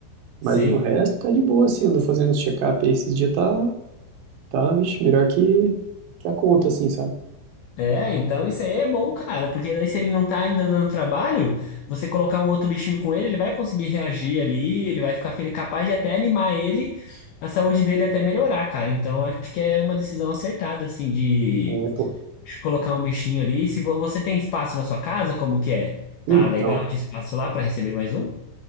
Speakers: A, on the right (about 85°); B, on the left (about 80°).
A: Mas
B: Sim.
A: no resto tá de boa, assim. Eu Ando fazendo os check-up aí esses dias, tá, tá, vixe, melhor que, que a conta, assim, sabe?
B: É, então isso aí é bom, cara, porque daí se ele não tá ainda dando trabalho, você colocar um outro bichinho com ele, ele vai conseguir reagir ali, ele vai ficar feliz, capaz de até animar ele, a saúde dele até melhorar, cara. Então acho que é uma decisão acertada, assim, de
A: É, pô.
B: colocar um bichinho ali. Se vo- você tem espaço na sua casa, como que é? Tá
A: Então,
B: legal de espaço lá pra receber mais um?